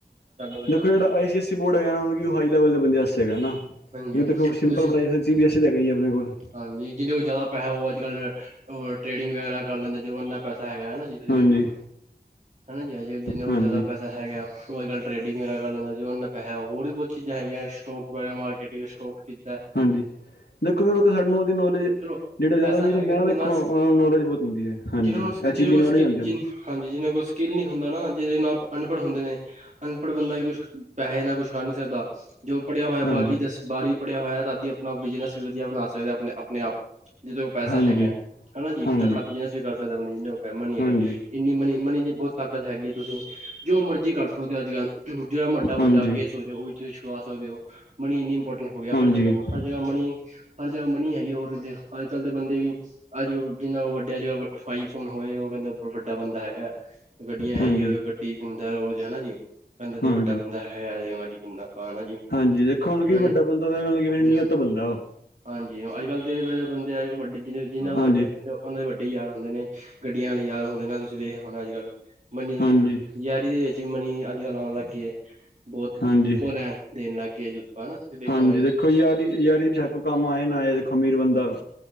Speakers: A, on the right; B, on the left.
A: <inaudible> <unintelligible>
B: ਦੇਖੋ ਜੇੜਾ ਆਈ ਸੀ ਐੱਸੀ ਬੋਰਡ ਹੈਗਾ ਨਾ ਮਤਲਬ ਕੀ ਓ ਹਾਈ ਲੈਵਲ ਦੇ ਬੰਦਿਆ ਵਾਸਤੇ ਹੈਗਾ ਨਾ।
A: ਹਾਂਜੀ
B: ਕਿਉਂਕਿ
A: ਹੁਣ
B: ਦੇਖੋ ਸਿੰਪਲ
A: ਤੁਸੀਂ
B: ਪੜ੍ਹਾਈ ਸੀ ਬੀ ਐੱਸ ਤਾਂ ਹੈਗਾ ਈ ਆ ਆਪਣੇ ਕੋਲ।
A: ਹਾਂਜੀ ਜਿਹਦੇ ਕੋਲ ਜ਼ਿਆਦਾ ਪੈਸਾ ਹੋ ਅੱਜ ਕੱਲ੍ਹ ਟ੍ਰੇਡਿੰਗ ਵਗੈਰਾ ਕਰ ਲੈਂਦਾ ਜ ਇੰਨਾ ਪੈਸਾ ਹੈਗਾ ਹੈਾ ਜੀ ਤੁਸੀਂ
B: ਹਾਂਜੀ
A: ਵੇਖੋ ਹਨਾ ਜੀ ਅਜੇ ਜਿੰਨਾ ਕੋਲ
B: ਹਾਂਜੀ
A: ਜ਼ਿਆਦਾ ਪੈਸਾ ਹੈਗਾ ਉਹ ਅੱਜ ਕੱਲ ਟਰੇਡਿੰਗ ਮੇਰਾੱਲ ਜੋ ਪੈਸਾ ਹੋਰ ਬਹੁਤ ਚੀਜ਼ਾਂ ਹੈਗੀਆਂ ਸਟੋਕ ਵਗੈ ਮਾਰਕੀਿੰਗ ਸਟੋਕ ਖਰੀਦ
B: ਹਾਂਜੀ ਦੇਖੋ ਫਿਰ ਉਹ ਤਾਂ ਸਾਨੂੰ ਉਹਦੀ ਨੌਲੇਜ
A: ਚਲੋ
B: ਜਿਹੜੇ ਜ਼ਿਆਦਾ
A: ਪੈਸਾ
B: ਮਰ
A: ਹੈਗਾ
B: ਹੁੰਦੇ ਨਾ ਦੇਖੋ
A: ਤੇ ਨਾਲ
B: ਨੌਲੇਜਹੁਤ ਹੁੰਦੀ ਹੈ ਹਾਂਜੀ
A: ਜਿਹਨਾਂ ਨੂੰ ਸਕਿ
B: ਇਹ ਚੀਜ਼
A: ਜਿਹਦੇ
B: ਦੀ
A: ਕੋਲ
B: ਨੌਲੇਜ
A: ਸਕਿ
B: ਆਉਂਦੀ
A: ਜਿ ਹਾਂਜੀ ਜਿਹ ਨਾਲ ਕੋਈ ਸਕਿੱਲ ਨ ਨਹੀਂ ਹੁੰਦਾ ਨਾ ਜਿਹਦੇ ਨਾਲ ਆਪ ਅਨਪੜ੍ਹ ਹੁੰਦੇ ਨੇ ਅਨਪੜ੍ਹ ਬੰਦਾ ਵੀ ਕੁਛ ਪੈਸੇ ਨਾਲ ਕੁਛ ਕਰ ਨੀ ਸਕਦਾ ਜੋ ਪੜ੍ਹਿਆ ਹੋਇਆ
B: ਹਾਂਜੀ
A: ਬਾਰਵੀਂ ਦਸਵੀਂ ਬਾਹਰ ਵੀ, ਪੜੇਆ ਹੋਇਆ ਹੈ। ਅਦੀ ਆਪਣਾ ਬਿਜਨਸ ਵੀ ਵਧੀਆ ਬਣਾ ਸਕਦਾ ਏ। ਆਪਣੇ, ਆਪਣੇ ਆਪ। ਜਿਦੋਂ ਕੋਲ ਪੈਸਾ
B: ਹਾਂਜੀ
A: ਹੈਗਾ। ਹਨਾ ਜੀ,
B: ਹਾਂਜੀ
A: ਤਕੜਾ ਬਿਜਨਸ ਵੀ ਕਰ ਸਕਦਾ ਹੈ। ਆਪ ਜਿੰੈਮਾ ਨਹੀਂ ਹੈਗਾ।
B: ਹਾਂਜੀ
A: ਇੰਨੀ ਮਨੀ, ਮਨੀ ਜੀ ਬਹੁਤ ਤਾਕਤ ਹੈਗੀ ਹੈ। ਤੁਸੀਂ ਜੋ ਮਰਜ਼ੀ ਕਰ ਸਕਦੇ ਹੋ, ਅੱਜ ਕੱਲ। ਜਿਹੜਾ ਵੱਡਾ।
B: ਹਾਂਜੀ
A: ਵੱਡਾ ਕੇਸ
B: ਹਾਂਜੀ
A: ਹੋ ਜਾਵੇ ਉਹ ਵੀ ਤੁਸੀਂ ਛੁਡਵਾ ਸਕਦੇ ਹੋ। ਮਨੀ ਇੰਨੀ ਇੰਪੋਰਟੈਂਟ ਹੋ ਗਿਆ
B: ਹਾਂਜੀ
A: ਹਰ ਜਗਾ ਹ ਜਗਾ ਮਨੀ, ਹਰ ਜਗਾ ਮਨੀ ਹੈਗੀ ਆ। ਹੋਰ ਕਿਤੇ ਅੱਜ ਕੱਲ ਦੇ ਬੰਦੇ ਵੀ। ਅੱਜਲ ਜਿੰਨਾ ਉਹ, ਵੱਡਿਆ ਜਜ ਭਾਈ ਫੋਨ ਹੋਏ। ਉਹ ਕਹਿੰਦਾ ਵੱਡਾ ਬੰਦਾ ਹੈਗਾ। ਗੱਡੀਆਂ ਹੈਗੀਆਂ।
B: ਹਾਂਜੀ
A: ਉਹ ਦੇ ਕੋ ਗੱਡੀ ਘੁੰਮਦਾ ਰੋਜ਼ ਹਨਾ ਜੀ, ਕਹਿੰਦਾ ਔ ਤਾਂ
B: ਹਾਂਜੀ
A: ਵੱਡਾ ਬੰਦਾ ਹੈ। ਹੈ ਕਿ ਅੱਜ ਕੱਲ ਘੁੰਮਣਾ- ਪਾਉਣਾ ਜੀ।
B: ਹਾਂਜੀ, ਦੇਖੋ ਮਤਲਬ
A: ਹਨਾ
B: ਕਿ, ਵੱਡਾ ਬੰਦਾ ਤਾਂ ਮਤਲਬ
A: ਜੀ।
B: ਮ ਨਿਅਤ ਤੋਂ ਬੰਦਾ ਉਹ।
A: ਹਾਂਜੀ, ਅੱਜ ਕੱਲ ਬੰਦੇ ਅ ਵੱੇ ਜਿਹ ਜ਼ਿੰਨਾ ਕੋ
B: ਹਾਂਜੀ
A: ਵੱਡੇ ਬੰਦੇ। ਉਹਨਾਂ ਦੇ ਵੱਡੇ ਯਾਰ ਹੁੰਦੇ ਨੇ। ਗੱਡੀਆਂ ਵਾਲੇ ਯਾਰ ਹੁੰਦੇ ਨੇ, ਤੁਸੀਂ ਵੇਖ ਹੋਣਾ, ਅੱਜ ਕੱਲ। ਮਨੀ
B: ਹਾਂਜੀ
A: ਜ਼ਹਿਰੀ ਦੇ ਵਿੱਚ ਵੀ, ਮਨੀ ਅੱਜ ਕੱਲ ਆਉਣ ਲੱਗਗੇ ਹੈ‌। ਬਹੁਤ
B: ਹਾਂਜੀ
A: ਉਹ ਲੈਣ- ਦੇਣ ਲੱਗ ਗਏ। ਜ <unintelligible> ਆਪਾਂ ਤੁਂ ਵਖਣਾ
B: ਹਾਂਜੀ ਦੇਖੋ ਯਾਰੀ ਯਾਰੀ ਬੇ ਛੱਕ ਕੰਮ, ਆਏ ਨਾ ਆਏ‌। ਖਮੀਰ ਬੰਦਾ।